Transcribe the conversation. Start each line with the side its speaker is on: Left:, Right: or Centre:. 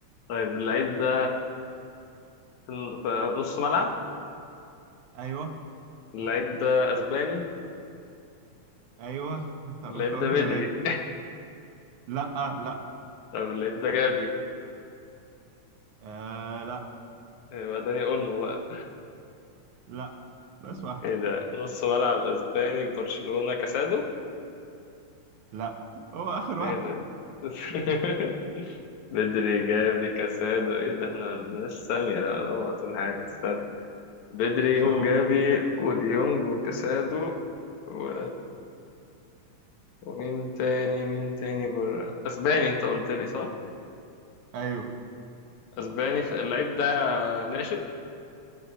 Left: طيب اللعيب ده في في نص ملعب
Right: ايوه
Left: اللعيب ده اسباني
Right: ايوه <laughs> انت عرفت
Left: اللعيب
Right: هو
Left: ده بدري
Right: كده ليه
Left: <laughs>
Right: لا لا
Left: طب اللعيب ده جافي
Right: آه لا
Left: يبقى داني اولمو بقى
Right: لا بس واحد
Left: ايه ده نص ملعب اسباني في برشلونة كاسادو
Right: لا هو اخر
Left: ايه
Right: واحد
Left: ده <laughs> بدري جافي كاسادو ايه ده احنا ما عندناش سامية لا اوعى تقول حاجة استنى بدري
Right: مش
Left: وجافي
Right: هقول
Left: وديونج وكاسادو و... ومين تاني مين تاني بره اسباني انت قلت لي صح
Right: ايوه
Left: اسباني فاللعيب ده ناشئ